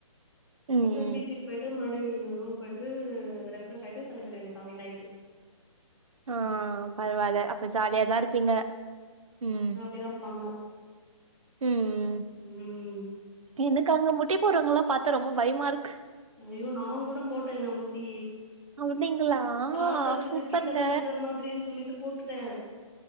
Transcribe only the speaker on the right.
ம்
ஆ பரவால அப்ப ஜாலியாதா இருப்பீங்க ம்
ம் ம்
எனக்கு அங்க முட்டி போர்ரவங்கலா பாத்தா ரொம்ப பயமா ருக்கு
அப்டிங்களா
சூப்பருங்க